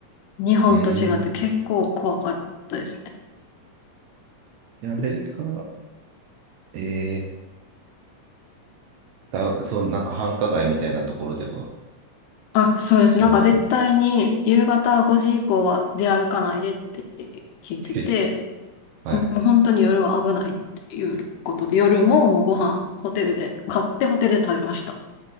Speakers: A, on the left; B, on the right.
A: 日本と違って結構怖かったですね。
B: うーん。アメリカ、えー、だ、そう、なんか繁華街みたいなところでは、
A: あ、そうです。
B: そういう。
A: なんか絶対に夕方5時以降は出歩かないでって聞いてて、
B: えはい。
A: もう本当に夜は危ないっていうことで、夜ももうご飯ホテルで買ってホテルで食べました。